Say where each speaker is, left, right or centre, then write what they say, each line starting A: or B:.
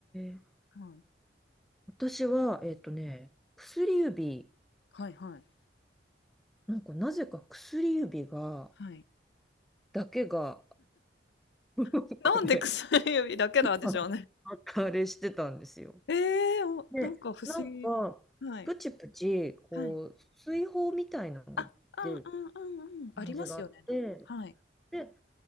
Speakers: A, in the centre; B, on the left.
A: ー、
B: はい、
A: 私は、えっとね、薬指、
B: はい、はい。
A: なんかなぜか薬指が、
B: はい。
A: だけが、<laughs> なんかね、
B: <laughs> なんで薬指だけなんでしょうね。
A: はいあれしてたんですよ。
B: ええー、おなんか不思議。
A: で、なんか、
B: はい、
A: プチプチ、こう、
B: はい。
A: 水泡みたいなのが出る
B: あ、うんうんうんうん。ありますよね、
A: 感じがあって、
B: なんかはい。
A: で、